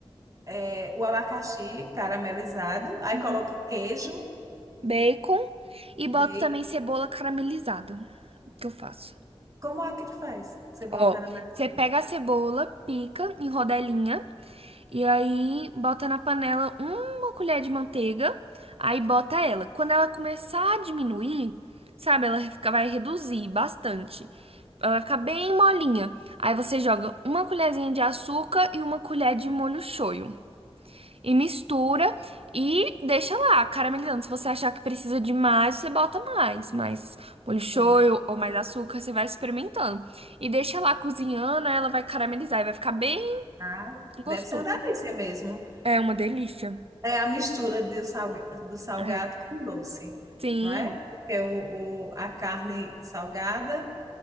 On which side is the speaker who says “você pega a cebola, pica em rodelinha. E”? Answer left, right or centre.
Right